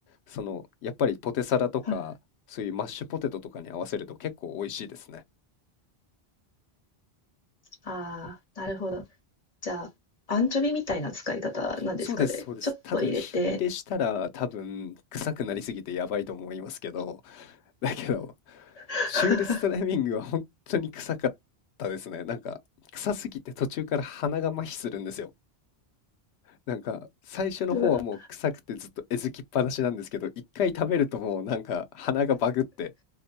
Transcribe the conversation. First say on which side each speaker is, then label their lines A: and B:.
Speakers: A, on the left; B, on the left.
A: その、やっぱりポテサラとか、
B: はい。
A: そういうマッシュポテトとかに合わせると結構美味しいですね。
B: ああ、なるほど。じゃあ、アンチョビみたいな使い方なんですかね。
A: そうです、そうです。
B: ちょっと入れて。
A: ただ、火入れしたら多分、臭くなりすぎてやばいと思いますけど、<laughs> だけど、
B: <laughs>
A: シュールストライミングは本当に臭かったですね。なんか、臭すぎて途中から鼻が麻痺するんですよ。なんか、最初の方はもう臭くてずっとえずきっぱなしなんですけど、
B: うわ。
A: 一回食べるともうなんか鼻がバグって、